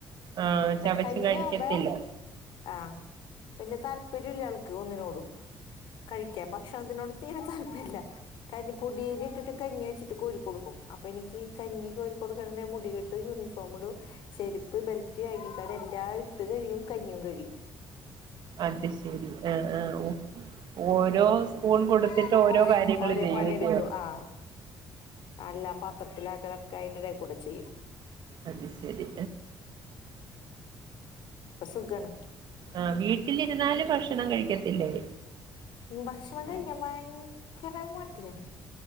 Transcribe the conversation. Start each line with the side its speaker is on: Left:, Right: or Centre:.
Right: ആഹ് ചവച്ച്
Left: കഞ്ഞിയകുമ്പ
Right: കഴിക്കത്തില്ല
Left: ആഹ വല്ല്യ താല്പര്യമില്ല ആൾക്ക് ഒന്നിനോടും കഴിക്കാൻ ഭക്ഷണം അതിനോട് തീരെ തൽ ല്ല കരിപൊടിയാരി ഇട്ടിട്ട് കഞ്ഞി വെച്ചിട്ട് കോരിടുക്കേടുക്കും അപ്പൊ എനിക്ക് കഞ്ഞി കെരിക്കേണ്ണേ മുടിക്കേട്ടും യുണിഫോം ഇടും ചെരുപ്പ് ബെൽറ്റ് ഐ ഡി കാർഡ് എല്ലാം ഇട്ട് കഴിയും കഞ്ഞിയും കഴിയും
Right: അത് ശരി ആഹ് ആഹ് ഓ ഓരോ
Left: ആഹ
Right: സ്പൂൺ
Left: <inaudible>
Right: കൊടുത്തിട്ട് ഓരോ കാര്യങ്ങൾ
Left: ഒരേ
Right: ചെയ്യൂല്ലയോ
Left: പണി എടുക്കും ആഹ അല്ലാം പ പത്രത്തിലാക്കലൊക്കെ അതിന്റെ ഇടയിൽ കൂടെ ചെയ്യും
Right: അത് ശെരി
Left: അപ്പൊ സുഖാണ്
Right: ആ വീട്ടില് ഇരുതിന്നാല് ഭക്ഷണം കഴിക്കത്തില്ലേ
Left: ഭക്ഷണം കഴിക്കാൻ ഭയങ്കര മടിയാണ്